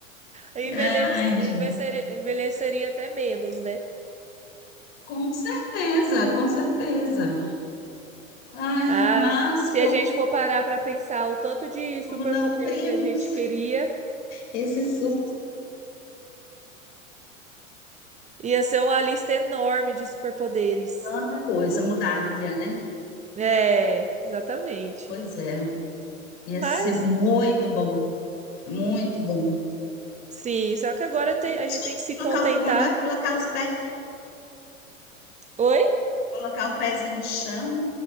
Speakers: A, on the right; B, on the left.
A: Envelhece-
B: Ai,
A: envelhece-
B: gente,
A: Envelheceria até menos, né?
B: com certeza, com certeza. Ai,
A: Ah,
B: mas
A: se
B: como
A: a gente for parar para pensar o tanto de superpoder
B: não temos
A: que a gente queria,
B: esse suco,
A: ia ser uma lista enorme de superpoderes.
B: tanta coisa mudaria, né?
A: É, exatamente.
B: Pois é, ia
A: Mas,
B: ser muito bom, muito bom.
A: sim, só que agora tem- a gente
B: Só
A: tem que se
B: colocar
A: contentar.
B: o pão, não é? Colocar os pés
A: Oi?
B: Colocar o pezinho no chão.